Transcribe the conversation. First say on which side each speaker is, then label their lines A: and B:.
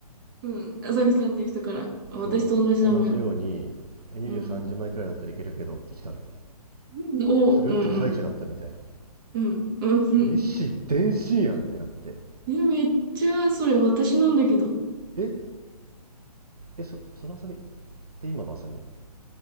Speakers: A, on the right; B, on the right.
A: うん。朝日さんっていう人から。私と同じ名前だ。
B: そう同じようにえ23時枚くらいだったらいけるけどって来たのよ
A: うん。うんおう、
B: でそれ打ってる最中だったみたいな
A: うん、うん、うん、うん、うん。
B: えっし、電信やんってなって
A: え、めっちゃ、それ私なんだけど。
B: ええそそのあさみって今のあさみ